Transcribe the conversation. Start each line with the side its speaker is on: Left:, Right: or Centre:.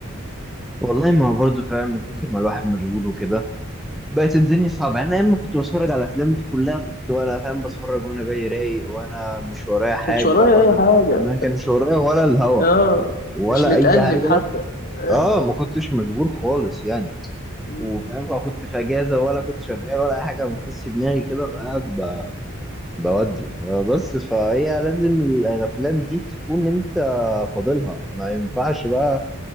Centre: والله ما هو برضه فاهم من كتر ما الواحد مشغول وكده بقت الدنيا صعبة يعني أنا لما كنت بتفرج على الأفلام دي كلها كنت وأنا فاهم بتفرج وأنا جاي رايق وأنا مش ورايا حاجة
Left: مكانش ورايا
Centre: وأنا
Left: أي حاجة
Centre: ما كانش ورايا ولا الهوا
Left: آه
Centre: ما- ولا
Left: مش متأنب
Centre: أي حاجة
Left: حتى آه.
Centre: أه ما كنتش مشغول خالص يعني
Left: مم.
Centre: وفاهم بقى كنت في أجازة ولا كنت شغال ولا أي حاجة بنفس في دماغي كده بقى قاعد ب- بودي بس فهي لازم الأفلام دي تكون أنت فاضلها ما ينفعش بقى